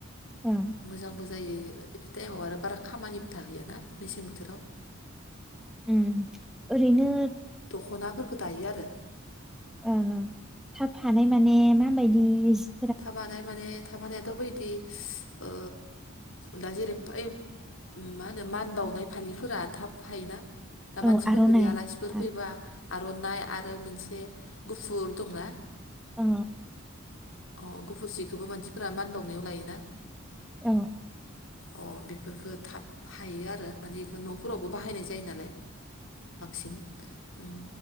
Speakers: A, in the centre; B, on the left (about 65°).
A: ओ
B: मोजां बो जायो बे टाइमाव आरो बारा खामानिबो थाहैयाना मेसें बोथोराव।
A: ओम ओरैनो
B: दख'ना फोरखौ दायो आरो।
A: ओं ओं थाब हानाय माने माबायदि जि
B: थाब हानाय माने थाब हानायाथ' बैदि <unintelligible> ओ दा जेरै ओइ मा होनो मान बावनाय फालिफोरा थाब हायोना। दा
A: औ
B: मानसि
A: आर'नाइ
B: फोरखौदि आलासिफोर फैबा आरनाइ आरो मोनसे गुफुर दंना
A: ओ।
B: औ गुफुर जिखौबो मानसि फोरा मान बावनायाव लायोना।
A: औ।
B: अ बेफोर फोरखौ थाब हायो आरो माने बेखौ न' फोरावबो बाहायनाय जायो नालाय। बांसिन ओम